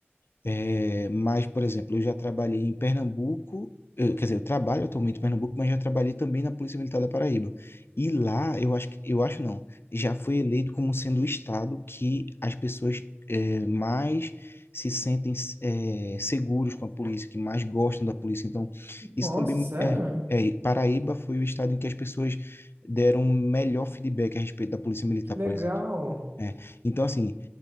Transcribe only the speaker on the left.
é, mas, por exemplo, eu já trabalhei em Pernambuco, eu- quer dizer, eu trabalho atualmente em Pernambuco, mas já trabalhei também na Polícia Militar da Paraíba. E lá, eu acho que, eu acho não, já foi eleito como sendo o estado que as pessoas é, mais se sentem é, seguros com a polícia, que mais gostam da polícia. Então, isso
também
é, é, e Paraíba foi o estado em que as pessoas deram um melhor feedback a respeito da Polícia Militar,
por exemplo. É. Então, assim,